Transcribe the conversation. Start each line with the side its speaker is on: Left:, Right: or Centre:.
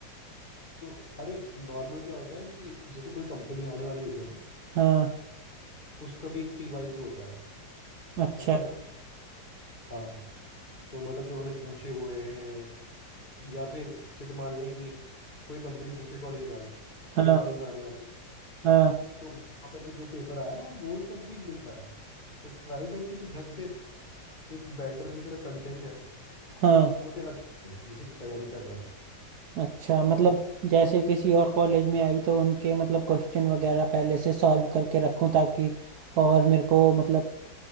Left: तो अरे नॉर्मल क्या होता है कि जैसे कोई कंपनी आने वाली होती है ना
Right: हाँ
Left: उसका भी एक पीवाई की होता है
Right: अच्छा
Left: पता है ना हाँ तो मतलब जो उन्होंने पूछे हुए हैं या फिर जैसे मान लें कि कोई कंपनी दूसरे कॉलेज में आई अब
Right: हाँ
Left: तेरे कॉलेज में आने वाली
Right: हाँ
Left: तो वहाँ पर भी जो पेपर आया है वो सब भी मिलता है तो ट्राई करके तो ढंग से एक बेटर जो तेरा कंटेंट है
Right: हाँ
Left: वो तेरा अच्छा है, जिसे तू तैयारी कर रहा है
Right: अच्छा मतलब
Left: और
Right: जैसे किसी और कॉलेज में आई तो उनके मतलब क्वेश्चन वगैरह पहले से सॉल्व करके रखूं ताकि और मेरे को मतलब